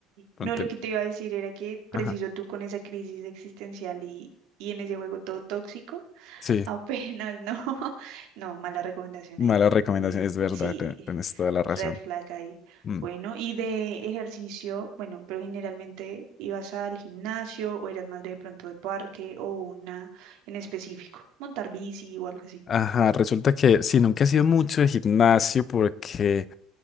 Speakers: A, on the left; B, on the right.
A: Pronto
B: No, lo
A: el-
B: que te iba a decir era que preciso
A: Ajá,
B: tú con esa crisis existencial y, y en ese juego todo tóxico,
A: sí,
B: apenas no. <laughs> No, mala recomendación
A: mala
B: ahí.
A: recomendación,
B: No bien.
A: es verdad,
B: Sí,
A: te- tienes toda la razón.
B: red flag ahí.
A: Mm.
B: Bueno, y de ejercicio, bueno, pero generalmente ibas al gimnasio o eras más de pronto de parque o una en específico, montar bici o algo así.
A: Ajá, resulta que sí, nunca he sido mucho de gimnasio porque